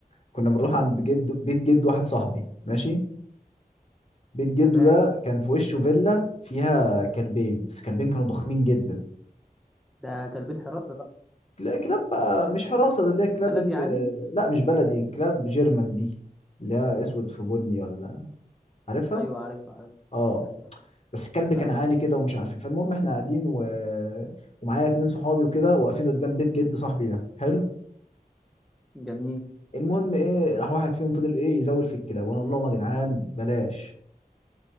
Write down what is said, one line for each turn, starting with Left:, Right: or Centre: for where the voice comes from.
Left: كنا بنروح عند جد بيت جد واحد صاحبي ماشي بيت جده
Centre: تمام،
Left: ده كان في وشه فيلا فيها كلبين بس كلبين كانوا ضخمين جدا
Centre: ده كلبين حراسة بقى.
Left: تلاقي كلاب بقى مش حراسة ده اللي هي كلاب
Centre: بلدي
Left: ال...
Centre: عادي؟
Left: لا مش بلدي كلاب جيرمان دي اللي هي اسود في بني ولا عارفها
Centre: أيوه عارفها، عارفها،
Left: آه،
Centre: أيوه،
Left: بس الكلب كان
Centre: عارفها،
Left: عالي كده ومش عارف إيه، فالمهم إحنا قاعدين و ومعايا 2 صحابي وكده واقفين قدّام بيت جِد صاحبي ده، حلو،
Centre: جميل.
Left: المهم إيه، راح واحد فيهم فضل إيه، يزوّل في الكلاب وأنا أقول لهم: "يا جدعان بلاش."